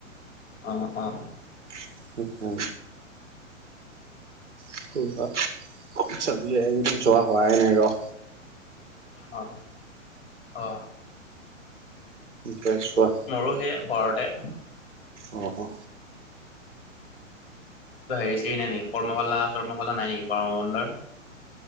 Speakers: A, on the left; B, on the right.
A: অ অ অ
B: হুম উম ফুৰব কত যাবি এ এইকেইদিন যোৱা হোৱাই নাই ৰ'হ
A: অ অ
B: গে ছোৱা
A: মোৰো সেই ঘৰতে
B: অ অ
A: কিবা হেৰি চেৰি নাই নেকি কৰ্মশালা চৰ্মশালা নাই নেকি গৰমৰ বন্ধৰ